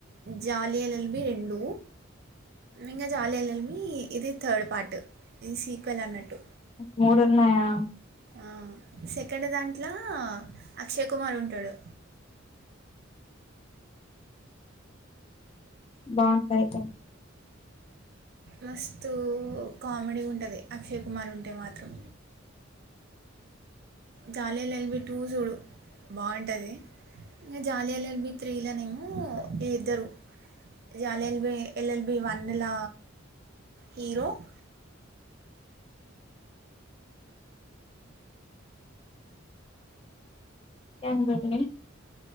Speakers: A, on the right (about 55°); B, on the left (about 30°).
A: జాలిఎల్ఎల్బి రెండు ఇంగా జాలీ ఎల్ ఎల్ బి ఇది థర్డ్ పార్ట్ ఇది సీక్వెల్ అన్నట్టు
B: మూడు ఉన్నాయా
A: అ సెకండ్ దాంట్లో అక్షయ్ కుమార్ ఉంటడు
B: బాగుంటయి
A: మస్తు కామెడీ ఉంటది అక్షయ్ కుమార్ ఉంటే మాత్రం జాలిఎల్ ఎల్బి టూ చూడు బాగుంటది ఇంగా జాలిఎల్ ఎల్బి త్రి ల్నేమి వీళ్ళి ఇద్దరు జాలి ఎల్ఎల్బి ఎల్ఎల్బి వన్ ల హీరో <inaudible>
B: ఎందడి